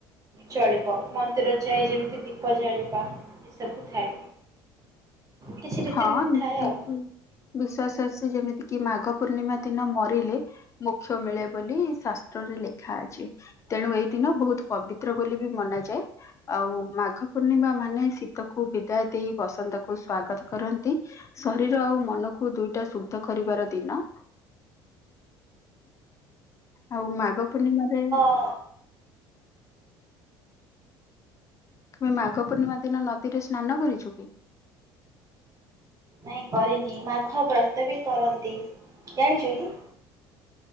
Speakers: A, on the right; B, on the left.
A: ଚଳିବ, ମନ୍ଦିର ଯାଇ ଯେମତି ଦୀ ପ ଜାଳିବା ଏସବୁ ଥାଏ। କିଛି ରୀତିନୀତି
B: ହଁ ଏମିତି
A: ଥାଏ ଆଉ
B: କି ବିଶ୍ୱାସ ଅଛି, ଯେମି କି ମାଘ ପୂର୍ଣ୍ଣିମା ଦିନ ମରିଲେ ମୋକ୍ଷ ମିଳେ ବୋଲି ଶାସ୍ତ୍ରରେ ଲେଖା ଅଛି। ତେଣୁ ଏଇ ଦିନ ବହୁତୁ ପବିତ୍ର ବୋଲି ବି ମନାଯାଏ। ଆଉ ମାଘ ପୂର୍ଣ୍ଣିମା ମାନେ ଶୀତକୁ ବିଦାୟ ଦେଇ ବସନ୍ତ କୁ ସ୍ଵାଗ କରନ୍ତି, ଶରୀର ଆଉ ମନକୁ ଦୁଇଟା ଶୁଦ୍ଧ କରିବାର ଦିନ ଆଉ ମାଘ ପୂର୍ଣ୍ଣିମାରେ
A: ଅ।
B: ତମେ ମାଘ ପୂର୍ଣ୍ଣିମା ଦିନ ନଦୀରେ ସ୍ନାନ କରିଛୁ କି?
A: ନାଇଁ କରିନି, ମାଘ ବ୍ରତ ବି କରନ୍ତି ଜାଣିଛୁ କି?